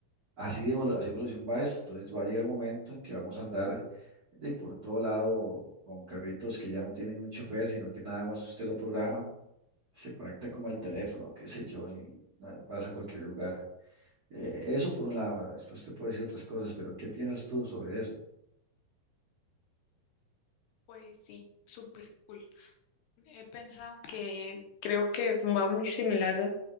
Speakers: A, on the right; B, on the left.
A: Así de evolu- así evolución va esto. Entonces va a llegar un momento en que vamos a andar de por todo lado con carritos que ya no tienen un chofer, sino que nada más usted lo programa, se conecta como el teléfono, qué sé yo, y na- vas a cualquier lugar. Eh, eso por un lado, ¿verdad? Después te puedo decir otras cosas, pero ¿qué piensas tú sobre eso?
B: Pues sí, súper cool. He pensado que creo que va muy similar